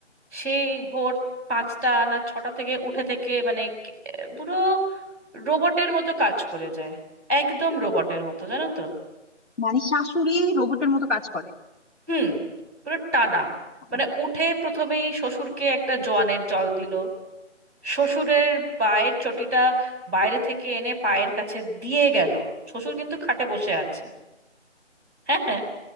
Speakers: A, on the right (about 20°); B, on the left (about 80°).
A: সেই ভোর পাঁচটা না ছটা থেকে উঠে থেকে মানে কে- পুরো রোবটের মতো কাজ করে যায় একদম রোবটের মতো জানো তো
B: মানে শাশুড়ি রোবটের মতো কাজ করে
A: হুম পুরো টানা মানে
B: হ্যাঁ।
A: উঠে প্রথমেই শ্বশুরকে একটা জোয়ানের জল দিল শ্বশুরের পায়ের চটিটা বাইরে থেকে এনে পায়ের কাছে দিয়ে গেল শ্বশুর কিন্তু খাটে বসে আছে হ্যাঁ হ্যাঁ